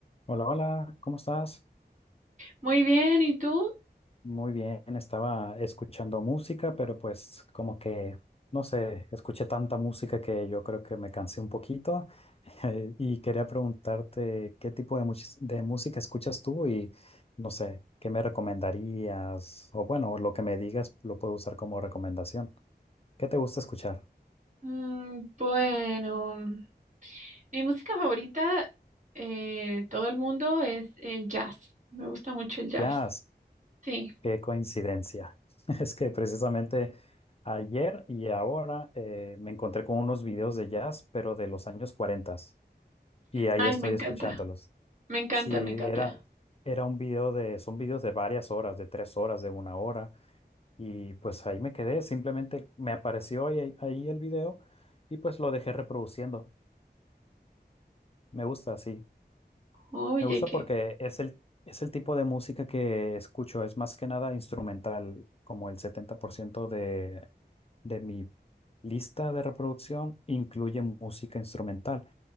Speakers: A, on the left (about 35°); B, on the right (about 45°).
A: Hola, hola, ¿cómo estás?
B: Muy bien, ¿y tú?
A: Muy bien, estaba escuchando música, pero pues como que, no sé, escuché tanta música que yo creo que me cansé un poquito <laughs> y quería preguntarte qué tipo de, muchis- de música escuchas tú y no sé, qué me recomendarías o bueno, lo que me digas lo puedo usar como recomendación. ¿Qué te gusta escuchar?
B: Mm, bueno, mi música favorita eh, de todo el mundo es el jazz. Me gusta mucho el jazz.
A: Jazz.
B: Sí.
A: Qué coincidencia. <laughs> Es que precisamente ayer y ahora eh, me encontré con unos videos de jazz, pero de los años 40 y ahí
B: Ay,
A: estoy
B: me encanta.
A: escuchándolos.
B: Me encanta,
A: Sí, era,
B: me encanta.
A: era un video de, son videos de varias horas, de tres horas, de una hora, y pues ahí me quedé, simplemente me apareció ahí, ahí el video y pues lo dejé reproduciendo. Me gusta, sí,
B: Oye,
A: me gusta
B: qué,
A: porque es el, es el tipo de música que escucho, es más que nada instrumental, como el 70% de de mi lista de reproducción incluye música instrumental,